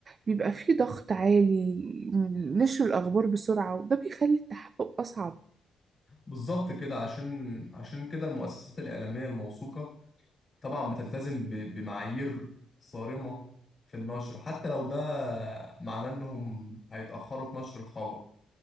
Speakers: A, on the right; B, on the left.
A: بيبقى فيه ضغط عالي نشر الأخبار بسرعة وده بيخلي التحقق أصعب
B: بالظبط كده عشان عشان كده المؤسسات الاعلاميه الموثوقه طبعا بتلتزم ب- بمعايير صارمة في النشر حتى لو ده معناه إنهم هيتأخروا في نشر الخبر